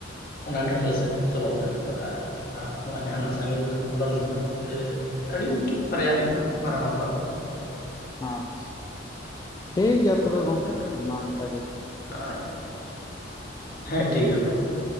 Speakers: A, on the left; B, on the left.
A: ᱚᱱᱟ ᱰᱷᱮᱨ ᱟᱞᱮ ᱥᱮᱫ ᱪᱚᱞᱚᱛ ᱢᱮᱱᱟᱜ ᱠᱟᱫᱟ ᱟᱨ ᱱᱚᱣᱟ ᱡᱟᱦᱟᱱᱟᱜ ᱥᱟᱸᱜᱮ ᱵᱟᱹᱨᱤᱭᱟᱹᱛ ᱵᱟᱯᱞᱟ ᱢᱮᱱᱟᱜ-ᱟ ᱥᱮ ᱟᱹᱰᱤ ᱢᱤᱫᱴᱤᱡ ᱵᱟᱨᱭᱟ ᱦᱩᱭᱩᱜᱼᱟ ᱢᱟᱨᱟᱝ ᱵᱟᱯᱞᱟ ᱫᱚ
B: ᱟᱪᱪᱷᱟ ᱴᱷᱤᱠ ᱜᱮᱭᱟ
A: ᱚᱱᱠᱟ
B: ᱛᱚᱵᱮ ᱜᱚᱝᱠᱮ
A: ᱫᱚ ᱢᱮᱱᱟᱜᱼᱟ
B: ᱢᱟ ᱤᱱᱠᱟ ᱜᱮ ᱟᱪᱪᱷᱟ
A: ᱦᱳᱭ ᱦᱳᱭ ᱦᱮᱸ ᱴᱷᱤᱠ ᱜᱮᱭᱟ ᱢᱟ ᱡᱚᱦᱟᱨ